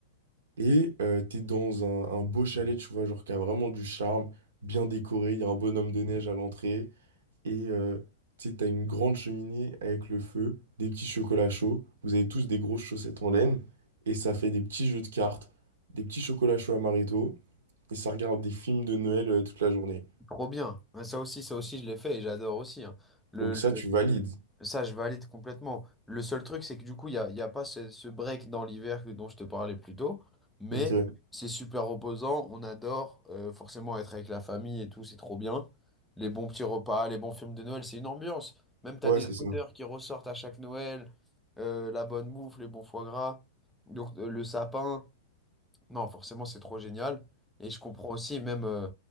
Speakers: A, on the right; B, in the centre.
A: et euh, t'es dans un, un beau chalet, tu vois, genre qui a vraiment du charme, bien décoré, il y a un bonhomme de neige à l'entrée, et euh, tu sais, t'as une grande cheminée avec le feu, des petits chocolats chauds, vous avez tous des grosses chaussettes en laine, et ça fait des petits jeux de cartes, des petits chocolats chauds à marito, et ça regarde des films de Noël euh, toute la journée.
B: Trop bien. Ouais, Ça aussi, ça aussi, je l'ai fait et j'adore aussi. hein. Le,
A: Donc ça,
B: le-
A: tu valides.
B: ça, je valide complètement. Le seul truc, c'est que du coup, il n'y a, il y a pas ce, ce break dans l'hiver que- dont je te parlais plus tôt. Mais
A: Ok.
B: c'est super reposant. On adore euh, forcément être avec la famille et tout. C'est trop bien. Les bons petits repas, les bons films de Noël, c'est une ambiance. Même tu
A: Ouais,
B: as des
A: c'est ça.
B: odeurs qui ressortent à chaque Noël. euh, la bonne bouffe, les bons foie gras. Donc, euh, le sapin. Non, forcément, c'est trop génial. Et je comprends aussi, même, euh,